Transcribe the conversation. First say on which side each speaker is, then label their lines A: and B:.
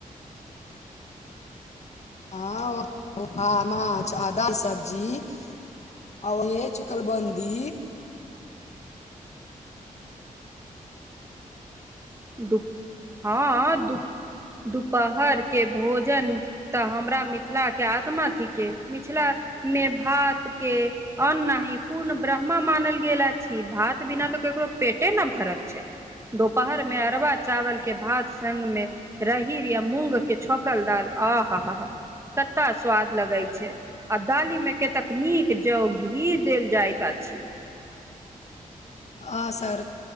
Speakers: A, on the left; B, on the right.
A: हाँ ओ <unintelligible> माँछ आ दाइ सब्जी <unintelligible> चूकलबन्दी
B: दुप हाँ दुप दुपहर के भोजन तऽ हमरा मिथला के आत्मा थिके मिछला मे भात के अन्न नाहि पूर्ण ब्रह्मा मानल गेल अछि भात बिना त केकरो पेटे न भरत छैय। दोपहरमे अरबा चावलके भात संगमे रहीर या मूँगके छौंकल दाल आहाहाहा कता स्वाद लगै छैय। आ दालीमे केतक नीक जो घी देल जाइत अछि।
A: अ सर